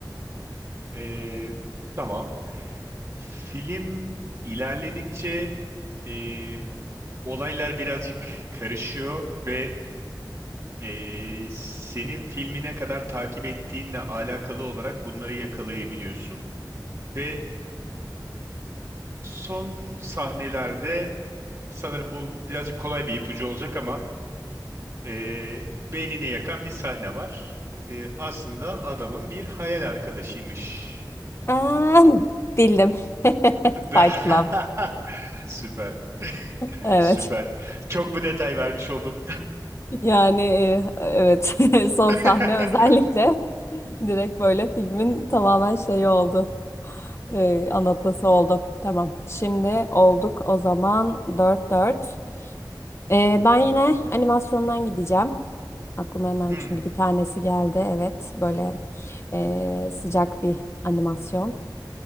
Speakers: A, on the right; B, on the left.
A: E, tamam. Film ilerledikçe e, olaylar birazcık karışıyor ve e, senin filmine kadar takip ettiğinle alakalı olarak bunları yakalayabiliyorsun ve son sahnelerde sanırım bu birazcık kolay bir ipucu olacak ama e, beynini yakan bir sahne var. E, aslında adamın bir hayal arkadaşıymış.
B: Aa, bildim. <laughs>
A: <laughs>
B: Fight Club.
A: Süper,
B: Evet.
A: süper. Çok bu detay vermiş oldum.
B: Yani e, evet. <laughs> Son
A: <laughs>
B: sahne özellikle <laughs> direkt böyle filmin tamamen şeyi oldu. E, anlatması oldu. Tamam. Şimdi olduk o zaman dört dört. Ee, ben yine animasyondan gideceğim. Aklıma hemen
A: Hmm.
B: çünkü bir tanesi geldi. Evet, böyle ee, sıcak bir animasyon.